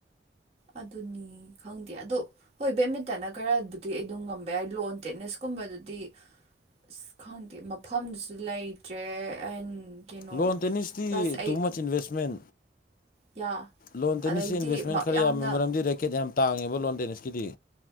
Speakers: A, on the right; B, on the left.
A: ꯑꯗꯨꯅꯤ ꯈꯪꯗꯦ ꯑꯗꯣ ꯍꯣꯏ ꯕꯦꯠꯃꯤꯟꯇꯟꯅ ꯈꯔꯕꯨꯗꯤ ꯑꯩ ꯑꯗꯨꯝ ꯉꯝꯕ ꯌꯥꯏ ꯂꯣꯟ ꯇꯦꯟꯅꯁꯀꯨꯝꯕꯗꯨꯗꯤ ꯑꯁ ꯈꯪꯗꯦ ꯃꯐꯝꯗꯖꯨ ꯂꯩꯇ꯭ꯔꯦ ꯑꯦꯟ ꯀꯩꯅꯣ
B: ꯂꯣꯟ ꯇꯦꯅꯤꯁꯇꯤ
A: ꯄ꯭ꯂꯁ ꯑꯩ
B: ꯇꯨ ꯃꯆ ꯏꯟꯚꯦꯁꯃꯦꯟ
A: ꯌꯥ
B: ꯂꯣꯟ ꯇꯦꯅꯤꯁꯁꯤ
A: ꯑꯗꯩꯗꯤ
B: ꯏꯟꯚꯦꯁꯃꯦꯟ ꯈꯔ
A: ꯌꯥꯝꯅ
B: ꯌꯥꯝꯃꯦ ꯃꯔꯝꯗꯤ ꯔꯦꯀꯦꯠ ꯌꯥꯝ ꯇꯥꯡꯉꯦꯕ ꯂꯣꯟ ꯇꯦꯅꯤꯁꯀꯤꯗꯤ